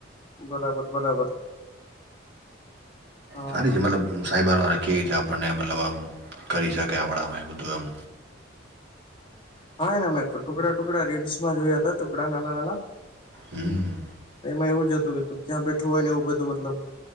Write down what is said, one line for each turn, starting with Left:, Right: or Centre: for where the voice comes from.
Left: બરાબર બરાબર. હા
Right: સારી
Left: હા
Right: છે મતલબ સાઈબર વાળા કે છે આપણને મતલબ આમ કરી શકાય આપણામાં એ બધું એમ.
Left: હા એના મેં ટુકડા ટુકડા રીલ્સમાં જોયા હતા ટુકડા નાના નાના.
Right: હમ.
Left: એમાં એવું જ હતું કે તું ક્યાં બેઠું હોય ને એવું બધું મતલબ.